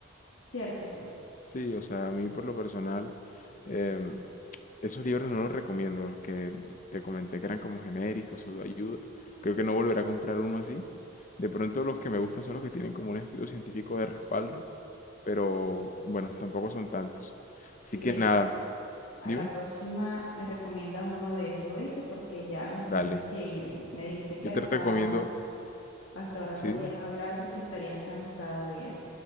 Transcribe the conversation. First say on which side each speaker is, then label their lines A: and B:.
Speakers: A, on the left; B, on the left.
A: ¿cierto?
B: Sí, o sea, a mí por lo personal... em, Esos libros no los recomiendo, los que te comenté que eran como genéricos, o de ayuda, Creo que no volveré a comprar uno así. De pronto los que me gustan son los que tienen como un estudio científico de respaldo, pero bueno, tampoco son tantos. Así
A: Oye,
B: que nada,
A: a
B: dime,
A: la próxima me recomiendas uno de esos, ¿oíste? Porque ya nos tenemos
B: dale.
A: que ir. Me dijiste que
B: Yo
A: hasta,
B: te recomiendo,
A: hasta ahora podías
B: sí, dime.
A: hablar porque estarías cansado ya.